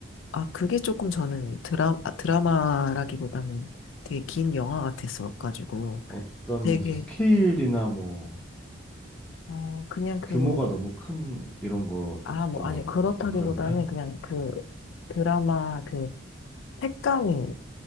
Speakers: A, on the left; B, in the centre.
A: 아, 그게 조금 저는 드라, 아, 드라마라기보다는 되게 긴 영화 같았어가지고
B: 어떤
A: 되게,
B: 면에서 스케일이나 뭐
A: 어, 그냥 그,
B: 규모가 너무 큰 이런 것도
A: 아, 뭐, 아니, 그렇다기보다는
B: 이거 그랬나요?
A: 그냥 그 드라마 그 색감이